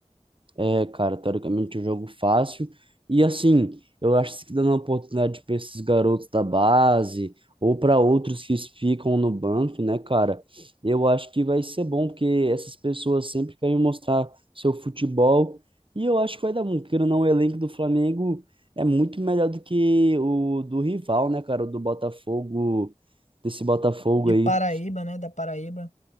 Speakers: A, on the right; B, on the left.
A: É, cara, teoricamente é um jogo fácil. E assim, eu acho que dando a oportunidade para esses garotos da base ou para outros que ficam no banco, né, cara? Eu acho que vai ser bom, porque essas pessoas sempre querem mostrar seu futebol. E eu acho que vai dar bom, porque não, o elenco do Flamengo é muito melhor do que o do rival, né, cara? O do Botafogo, desse Botafogo
B: De
A: aí.
B: Paraíba, né? Da Paraíba.